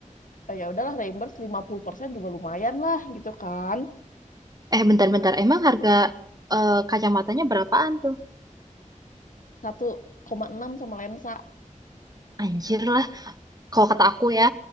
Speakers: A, on the left; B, on the right.
A: "Eh, ya udahlah reimburse 50% juga lumayan lah gitu kan.
B: Eh bentar-bentar,
A: Nah,
B: emang harga eh, kacamatanya berapaan tuh?
A: satu koma enam sama lensa.
B: Anjir lah, kalau kata aku ya,